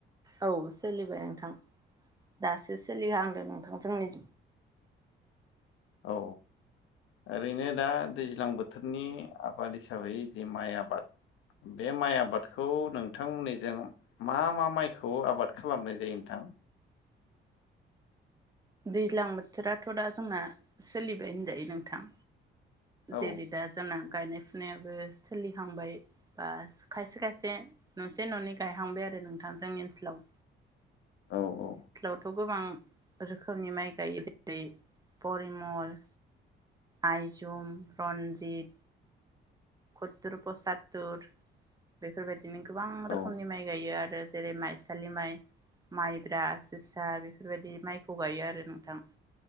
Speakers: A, on the right (about 20°); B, on the left (about 85°).
A: औ सोलिबाय नोंथां दासो सोलिहांदों नोंथां जोंनिथिं।
B: औ ओरैनो दा दैज्लां बोथोरनि आबाद हिसाबै जे माइ आबाद बे माइ आबादखौ नोंथांमोननिजों मा मा माइखौ आबाद खालामनाय जायो नोंथां?
A: दैज्लां बोथोराथ' दा जोंना सोलिबाय होनजायो नोंथां।
B: औ
A: जेरै दा जाना गायनाय फुनायाव बो सोलिहांबाय बा खायसे खायसे दे न'से न'नै गायहांबाय आरो नोंथां जोंनि ओनसोलाव।
B: औ औ
A: थ' गोबां रोखोमनि माइ गायो जेरै परिमल आइजुम, रन्जित, कत्तुर पसात्तुर, बेफोरबायदि बिदिनो गोबां रोखोमनि
B: औ
A: माइ गायो आरो दा जेरै माइसालि माइ माइब्रा जोसा बेफोरबायदि माइखौ गायो आरो नोंथां।